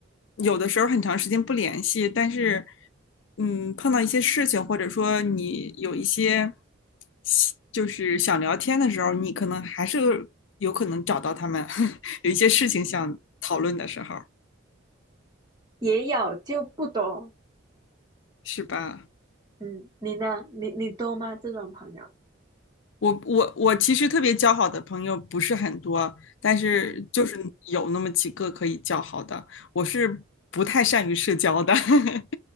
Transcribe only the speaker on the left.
有的时候很长时间不联系，但是，嗯，碰到一些事情，或者说你有一些喜就是想聊天的时候，你可能还是有可能找到他们，<laughs> 有一些事情想讨论的时候，
是吧？
我我我其实特别交好的朋友不是很多，但是就是有那么几个可以交好的。
我是不太善于社交的，<laughs>